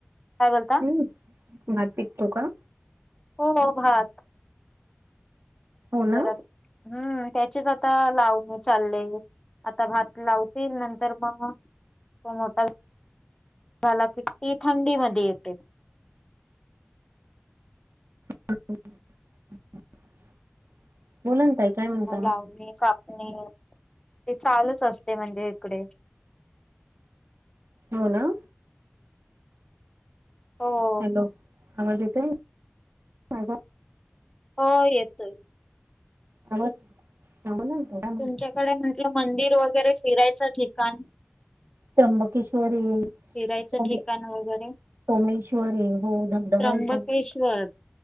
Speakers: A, on the left; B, on the right.
A: काय बोलता?
B: हम्म भात पिकतो का?
A: हो- हो भात
B: हो ना
A: सरास हम्म ह्याचेत आता लावनी चाललेय. आता भात लावतील नंतर मग तो मोठा झाला कि पीक थंडी मध्ये येते.
B: <unintelligible> बोलाना ताई काय म्हणता
A: लावणी -कापणी ती चालूच असते म्हणजे इकडे.
B: हो ना.
A: हो.
B: हॅलो, आवाज येतोय? माझा
A: हो, येतोय.
B: हॅलो. थांबून आलतं का.
A: तुमच्याकडे म्हटलं मंदिर वगैरे फिरायचं ठिकाण,
B: त्र्यंबकेश्वररी.
A: फिरायचं
B: सोमे
A: ठिकाण वगैरे
B: सोमेश्वर आहे, हो धबधबा
A: त्र्यंबकेश्वर
B: य सोमेश्वर.